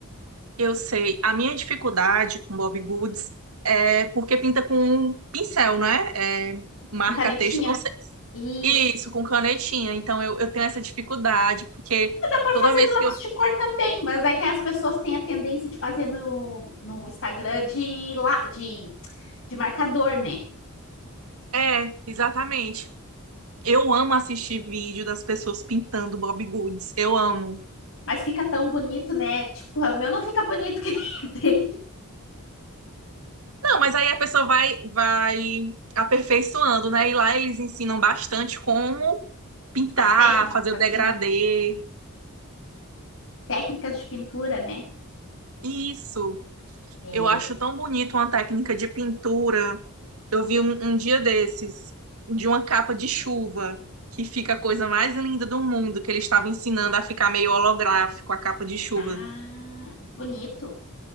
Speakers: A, on the right; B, on the left.
A: Eu sei. A minha dificuldade com Bob Goods é porque pinta com um pincel, né? É, marca
B: Com canetinha?
A: texto, não sei.
B: Isso.
A: Isso, com canetinha. Então eu, eu tenho essa dificuldade, porque
B: Pode
A: toda
B: fazer
A: vez
B: de lápis
A: que eu.
B: de cor também, mas é que as pessoas têm a tendência de fazer no, no Instagram de, lá, de, de marcador, né?
A: É, exatamente. Eu amo assistir vídeo das pessoas pintando Bob Goods. Eu amo.
B: Mas fica tão bonito, né? Tipo, o meu não fica bonito que tem
A: Não, mas aí a pessoa vai, vai aperfeiçoando, né? E lá eles ensinam bastante como pintar,
B: as técnicas,
A: fazer o degradê.
B: né? Técnicas de pintura, né?
A: Isso.
B: É...
A: Eu acho tão bonito uma técnica de pintura. Eu vi um, um dia desses, de uma capa de chuva, que fica a coisa mais linda do mundo, que ele estava ensinando a ficar meio holográfico, a capa de chuva.
B: Ah, que bonito.